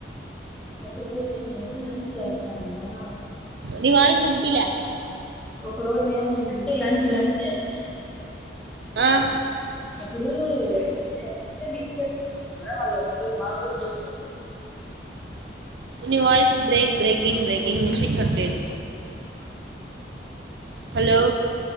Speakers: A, in the centre; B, on the right (about 70°).
A: ఒక రోజు ఏమైందంటే లంచ్ చేస్తానమా
B: నీ వాయిస్ వినిపియ్యలే
A: ఒక రోజు ఏమైందంటే లంచ్ లంచ్ చేస్తానము
B: ఆ
A: అప్పుడు లంచ్ చేస్తా అంటే మిక్చర్ తింటాన్నారా వాళ్ళ రెడీబుల్ మా కూడా ఇయొచ్చుగా కొంచెం <inaudible>
B: ని వాయిస్ బ్రేక్ బ్రేకింగ్ బ్రేకింగ్ వినిపించట్లేదు
A: ఇప్పుడు
B: హలో